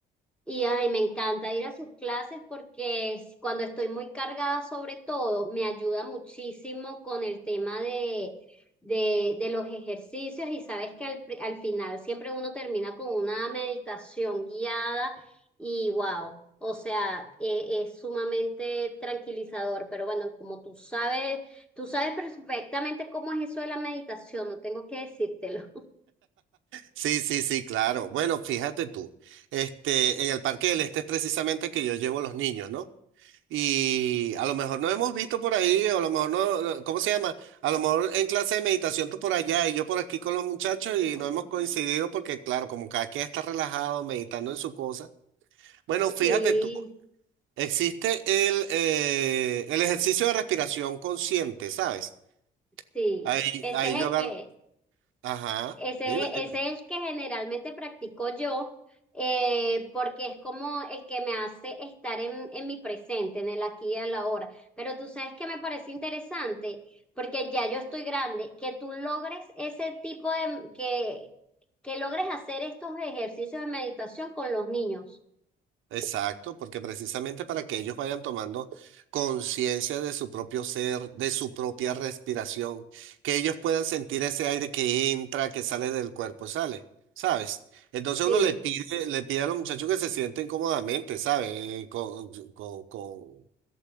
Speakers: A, in the centre; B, on the right.
A: Y ay, me encanta ir a sus clases porque es- cuando estoy muy cargada sobre todo, me ayuda muchísimo con el tema de, de, de los ejercicios y sabes que al, pri- al final siempre uno termina con una meditación guiada y wow, o sea, eh, es sumamente tranquilizador, pero bueno, como tú sabes, tú sabes perfectamente cómo es eso de la meditación, no tengo que decírtelo.
B: Sí, sí, sí, claro. Bueno, fíjate tú, este, en el Parque del Este es precisamente que yo llevo a los niños, ¿no? Y a lo mejor no hemos visto por ahí, o a lo mejor no, no- ¿cómo se llama? A lo mejor en clase de meditación tú por allá y yo por aquí con los muchachos y
A: <laughs>
B: no hemos coincidido porque, claro, como cada quien está relajado, meditando en su cosa. Bueno, fíjate
A: Sí,
B: tú, existe el, eh, el ejercicio de respiración consciente, ¿sabes?
A: sí,
B: Ahí,
A: ese
B: ahí
A: es
B: yo agarro,
A: el que
B: ajá,
A: Ese,
B: dime. dime.
A: ese es el que generalmente practico yo, eh, porque es como el que me hace estar en, en mi presente, en el aquí y a la hora. Pero tú sabes que me parece interesante, porque ya yo estoy grande, que tú logres ese tipo de, que, que logres hacer estos ejercicios de meditación con los niños.
B: Exacto, porque precisamente para que ellos vayan tomando conciencia de su propio ser, de su propia respiración, que ellos puedan sentir ese aire que entra, que sale del cuerpo, sale, ¿sabes? Entonces
A: Sí,
B: uno le pide, le pide a los muchachos que se sienten cómodamente, ¿sabes? Con, con, con,